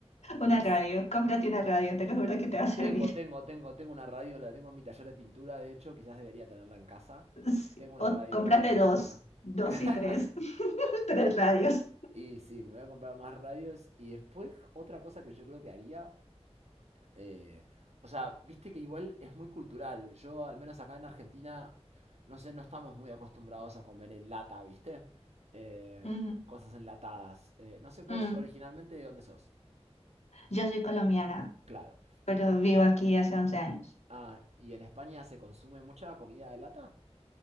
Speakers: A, on the left; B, on the right.
A: Una
B: Y quis-
A: radio, cómprate una radio, te lo juro que te va a servir.
B: tengo, tengo, tengo, tengo una radio, la tengo en mi taller de pintura, de hecho, quizás debería tenerla en casa.
A: Sí.
B: Tengo una
A: O
B: radio
A: cómprate
B: analógica.
A: dos, dos
B: <laughs>
A: y tres, <laughs> tres radios.
B: Y sí, me voy a comprar más radios. Y después, otra cosa que yo creo que haría Eh, o sea, viste que igual es muy cultural. Yo, al menos acá en Argentina, no sé, no estamos muy acostumbrados a comer en lata, ¿viste? Eh,
A: Mm,
B: cosas enlatadas. Eh, no sé, vos
A: mm.
B: originalmente de dónde sos.
A: Yo soy colombiana,
B: Claro.
A: pero vivo aquí hace 11 años.
B: Ah, ¿y en España se consume mucha comida de lata?